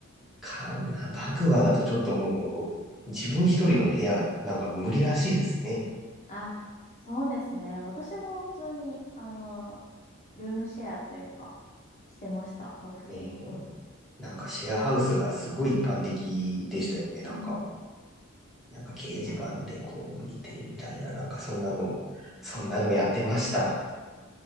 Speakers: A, in the centre; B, on the left.
A: かな、バンクーバーだとちょっともう、自分一人の部屋がなんか無理らしいですね。
B: あ、そうですね。私も普通に、あの、ルームシェアというか、してました。学生の頃。
A: ねえなんかシェアハウスがすごい一般的でしたよね、なんか。
B: うん。
A: なんか掲示板でこう見てみたいな、
B: あ、
A: なんかそんなの、そんなのやってました。